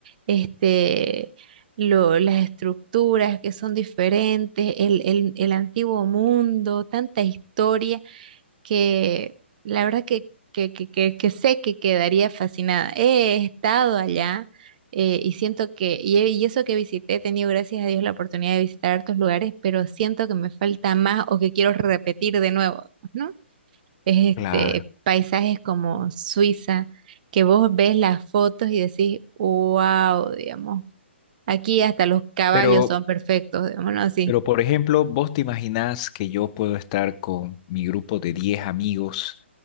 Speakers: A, on the right; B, on the left.
A: este, lo- las estructuras que son diferentes, el, el el antiguo mundo, tanta historia que la verdad que, que, que, que, que sé que quedaría fascinada. He estado allá eh, y siento que, y, he- y eso que visité, he tenido gracias a Dios la oportunidad de visitar hartos lugares, pero siento que me falta más o que quiero repetir de nuevo, ¿no? Es
B: Claro.
A: este, paisajes como Suiza, que vos ves las fotos y decís, wow, digamos, aquí hasta los caballos
B: Pero
A: son perfectos, digámoslo así.
B: Pero, por ejemplo, vos te imaginás que yo puedo estar con mi grupo de 10 amigos,